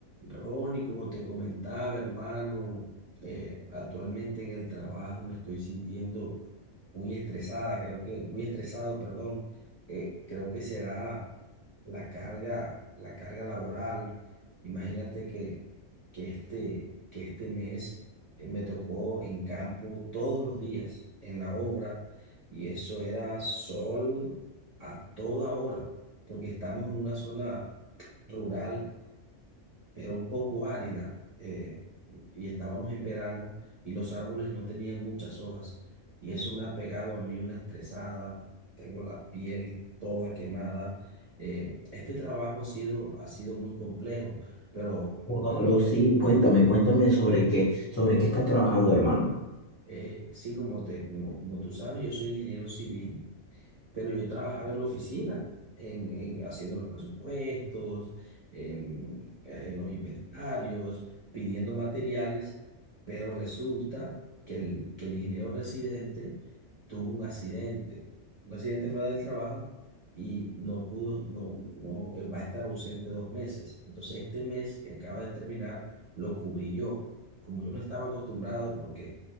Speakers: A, on the right; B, on the left.
A: Ronnie, como te comentaba, hermano, eh, actualmente en el trabajo me estoy sintiendo muy estresada, creo que, muy estresado, perdón. Eh, creo que será la carga, la carga laboral. Imagínate que, que este, que este mes eh, me tocó en campo todos los días, en la obra, y eso era sol a toda hora, porque estamos en una zona rural pero un poco árida, eh, y estábamos en verano y los árboles no tenían muchas hojas, y eso me ha pegado a mí una estresada, tengo la piel toda quemada. Eh, este trabajo ha sido, ha sido muy complejo, pero
B: Wow,
A: bueno,
B: bro, sí, cuéntame, cuéntame sobre qué, sobre qué estás trabajando, hermano.
A: eh, sí, como te, como, como tú sabes, yo soy ingeniero civil pero yo trabajaba en la oficina, en, en- haciendo los presupuestos, en, eh, en los inventarios, pidiendo materiales, pero resulta que el, que el ingeniero residente tuvo un accidente, un accidente fuera del trabajo y no pudo, no, no, eh, va a estar ausente dos meses. Entonces este mes que acaba de terminar lo cubrí yo, como yo no estaba acostumbrado porque